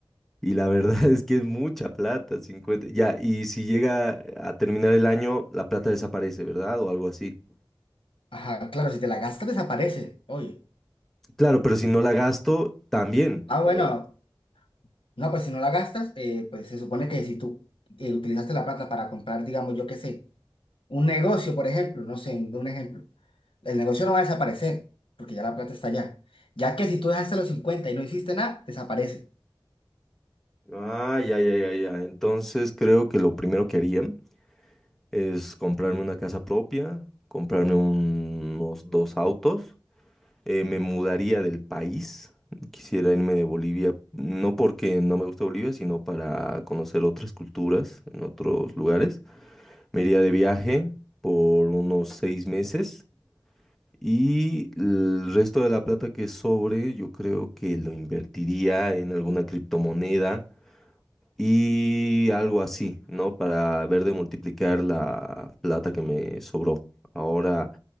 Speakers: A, in the centre; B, on the left.
A: y la verdad <laughs> es que es mucha plata, 50. Ya, y si llega a terminar el año, la plata desaparece, ¿verdad? O algo así.
B: Ajá, claro, si te la gastas desaparece, oye.
A: Claro, pero si no la gasto, también,
B: Ah,
A: ¿no
B: bueno,
A: ve?
B: no, pues si no la gastas, eh, pues se supone que si tú eh, utilizaste la plata para comprar, digamos, yo qué sé, un negocio, por ejemplo, no sé, de un ejemplo, el negocio no va a desaparecer, porque ya la plata está allá. Ya que si tú dejaste los 50 y no hiciste nada, desaparece.
A: Ah, ya, ya, ya, ya. Entonces creo que lo primero que haría es comprarme una casa propia, comprarme un- unos dos autos. eh, me mudaría del país. Quisiera irme de Bolivia, no porque no me gusta Bolivia, sino para conocer otras culturas en otros lugares. Me iría de viaje por unos seis meses y el resto de la plata que sobre, yo creo que lo invertiría en alguna criptomoneda y algo así, ¿no? Para ver de multiplicar la plata que me sobró. Ahora,